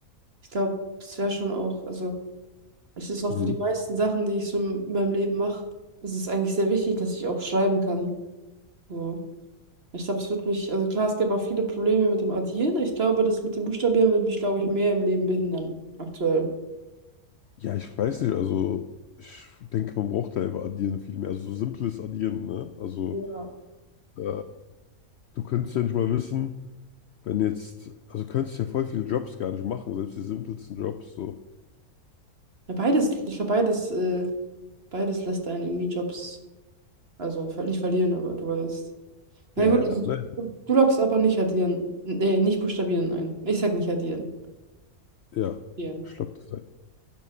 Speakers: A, on the right; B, on the left.
A: ich glaube, es wäre schon auch, also es ist auch
B: Mhm.
A: für die meisten Sachen, die ich so in meinem Leben mache, es ist eigentlich sehr wichtig, dass ich auch schreiben kann. So. Ich glaube, es wird mich, also klar, es gäbe auch viele Probleme mit dem Addieren. Ich glaube, das mit dem Buchstabieren wird mich, glaube ich, mehr im Leben behindern, aktuell.
B: Ja, ich weiß nicht. Also, ich denke, man braucht da einfach Addieren viel mehr. Also, so simples Addieren, ne? Also,
A: Ja.
B: äh, du könntest ja nicht mal wissen, wenn jetzt. Also, könntest ja voll viele Jobs gar nicht machen, selbst die simpelsten Jobs. So,
A: Ja, beides, ich glaube, beides, äh, beides lässt einen irgendwie Jobs, also ver- nicht verlieren, aber du weißt.
B: ja,
A: Na gut,
B: ja,
A: also
B: ne?
A: du, du loggst aber nicht addieren. Nee, nicht buchstabieren ein. Ich sag nicht addieren.
B: Ja,
A: Hier.
B: Schluckt. das ein.